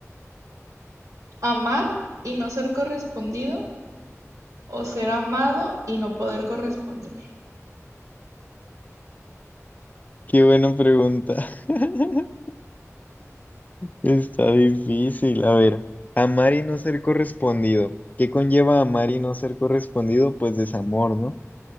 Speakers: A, on the right; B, on the left.
A: ¿Amar y no ser correspondido o ser amado y no poder corresponder?
B: Qué buena pregunta. <laughs>
A: Ujú.
B: Está difícil. A ver, amar y no ser correspondido. ¿Qué conlleva amar y no ser correspondido? Pues desamor, ¿no?